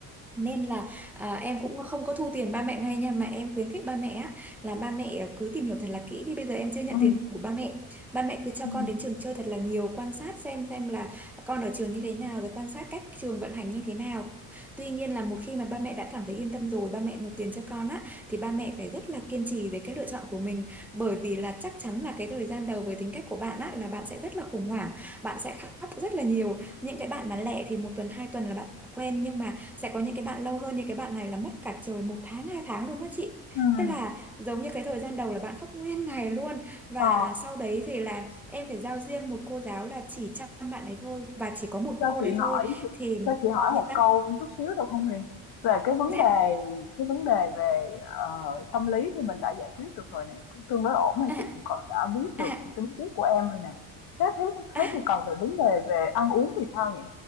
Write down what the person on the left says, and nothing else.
ừ
ừ
ừm.
Ờ,
cho
chị
hỏi
cho chị hỏi
một câu chút xíu được không Huyền? Về cái vấn
đề cái vấn đề về, ờ, tâm lý thì mình đã giải quyết được rồi này, cũng tương đối ổn rồi,
chị cũng còn đã biết được
tính khí của em rồi này Thế thế thế
thì còn về vấn đề về ăn uống thì sao nhỉ?